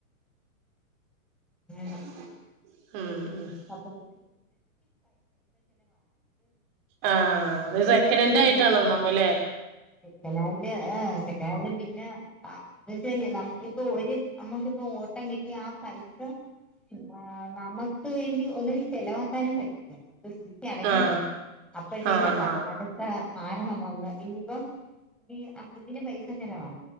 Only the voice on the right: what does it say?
മ്മ് മ്മ്
ആഹ് അത് സെക്കനൻഡ്
ആയിട്ടാണ്
ഒന്നാമല്ലേ
ആഹ്
ആഹ്
ആഹ്